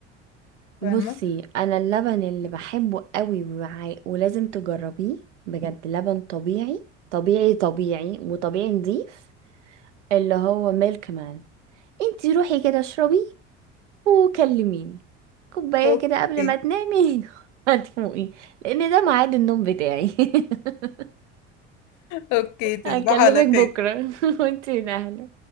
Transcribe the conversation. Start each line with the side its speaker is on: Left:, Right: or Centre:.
Right: بصي
Left: فاهمة
Right: انا اللبن اللي بحبه قوي وع- ولازم تجربيه بجد لبن طبيعي طبيعي طبيعي وطبيعي نظيف اللي هو ميلك مان انتي روحي كده اشربي وكلميني كوباية
Left: اوكي
Right: كده قبل ما تنامي <laughs> هتفوقي لان ده ميعاد النوم بتاعي <laughs>
Left: اوكي تصبح
Right: هكلمك
Left: على
Right: بكرة
Left: خير
Right: <laughs> وانتي نهلة